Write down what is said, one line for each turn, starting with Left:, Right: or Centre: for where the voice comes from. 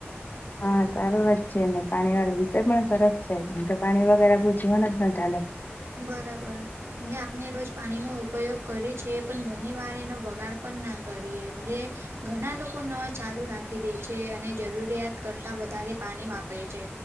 Left: હા સારું વાત છે ને પાણી વાળો વિષય પણ સરસ છે કેમ કે પાણી વગેર આપણું જીવન જ ના ચાલે
Right: બરાબર આપણે રોજ પાણીનો ઉપયોગ કરીએ છીએ પણ ઘણી વાર એનો બગાડ પણ ના કરીએ ઘણા લોકો નળ ચાલુ રાખી દે છે અને જરૂરિયાત કરતા વધારે પાણી વાપરે છે.